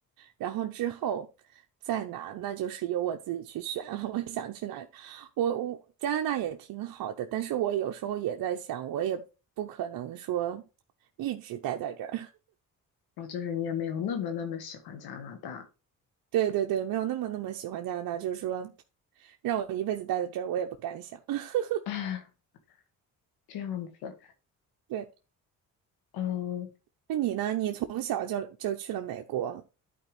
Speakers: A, on the right (about 70°); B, on the left (about 85°).
A: 然后之后再拿，那就是由我自己去选了 <laughs> 我想去哪里我我加拿大也挺好的，但是我有时候也在想，我也不可能说一直待在这儿。
B: 然后就是你也没有那么那么喜欢加拿大，
A: 对对对，没有那么那么喜欢加拿大，就是说让我一辈子待在这儿，我也不敢想。<laughs>
B: <laughs> 这样子。
A: 对，
B: 嗯，
A: 那你呢？你从小就就去了美国。